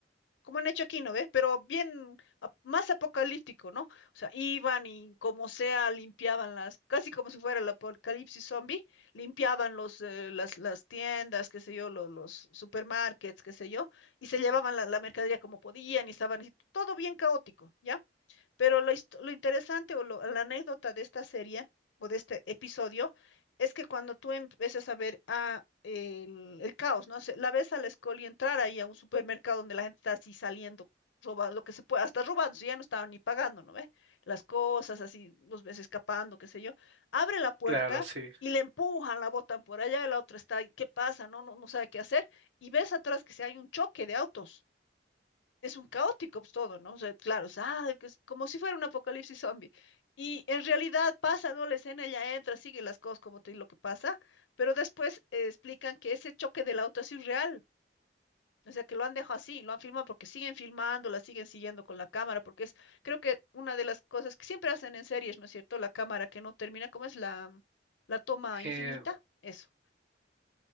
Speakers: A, on the left (about 85°); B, on the right (about 80°).
A: como han hecho aquí, ¿no ves? Pero bien ap- más apocalíptico, ¿no? O sea, iban y como sea limpiaban las, casi como si fuera el apocalipsis zombie, limpiaban los, eh, las, las tiendas, qué sé yo, los, los supermarkets, qué sé yo, y se llevaban la, la mercadería como podían y estaban así, todo bien caótico, ¿ya? Pero lo, hist- lo interesante o lo- la anécdota de esta serie o de este episodio es que cuando tú empiezas a ver a el, el caos, ¿no? Se- La ves a la Scully entrar ahí a un supermercado donde la gente está así saliendo, robando lo que se pueda, hasta robando, si ya no estaban ni pagando, ¿no ve? Las cosas así, los ves escapando, qué sé yo. Abre la puerta
B: Claro, sí.
A: y le empujan, la botan por allá, y la otra está, ahí, ¿qué pasa? No, no, no sabe qué hacer. Y ves atrás que se hay un choque de autos es un caótico pues, todo, ¿no? O sea, claro, es, ah, que es como si fuera un apocalipsis zombie. Y en realidad pasa, ¿no? La escena, ella entra, sigue las cosas como te digo lo que pasa, pero después eh, explican que ese choque del auto es irreal. O sea, que lo han dejado así, lo han filmado porque siguen filmando, la siguen siguiendo con la cámara, porque es, creo que una de las cosas que siempre hacen en series, ¿no es cierto? La cámara que no termina, ¿cómo es la, la toma infinita?
B: Eh,
A: Eso.